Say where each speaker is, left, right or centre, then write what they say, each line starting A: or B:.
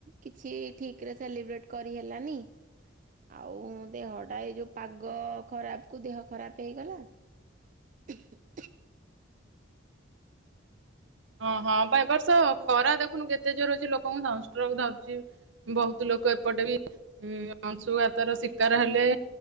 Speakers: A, on the right; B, on the right.
A: କିଛି ଠିକ ରେ ସେଲିବ୍ରେଟ କରିହେଲାନି। ଆଉ ଦେହଟା ଏଇ ଯୋଉ ପାଗ ଖରାପ କୁ ଦେହ ଖରାପ ହେଇଗଲା। <unintelligible>
B: ହଁ ହଁ ବା ଏ ବର୍ଷ ଖରା ଦେଖୁନୁ କେତେ ଜୋର ଅଛି ଲୋକଙ୍କୁ ସଂଷ୍ଟ୍ରୋକ ଧରୁଛି। ବହୁତ ଲୋକ ଏପଟେ ବି ଅଂଶୁଘାତାର ଶିକାର ହେଲେ।